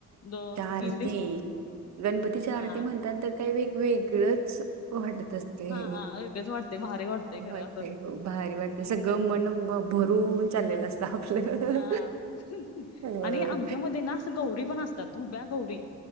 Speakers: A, on the left; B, on the right.
A: दोन
B: आरती
A: तीन दिवस.
B: गणपतीच्या
A: हा
B: आरती म्हणतात तर, काही वेगवेेगळंच वाटत असतं. ते
A: हा वेगळंच वाटतय भारी खरं
B: वाटतय
A: असं
B: हो भारी वाटते
A: हम्म
B: सगळ मन बघून. भरून चालले असत आपलं.
A: हा
B: अ
A: आणि आमच्या मध्ये ना असं, गौरी पण असतात उभ्या गौरी.